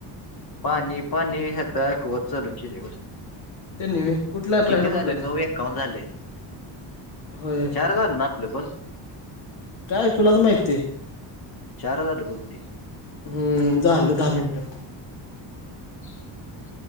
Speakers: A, on the left; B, on the left.
A: पाणी पाणी हे दाखवत चालू केली.
B: त्यानी होय, कुठला ब्रँड
A: किती
B: कुठला
A: झाले
B: आहे
A: नऊ एकावन्न झाले.
B: होय.
A: चार झाले ना आपले पण
B: काय तुलाच माहिती
A: चार झाले बहुतेक
B: हम्म झालं दहा मिनटं.
A: <unintelligible>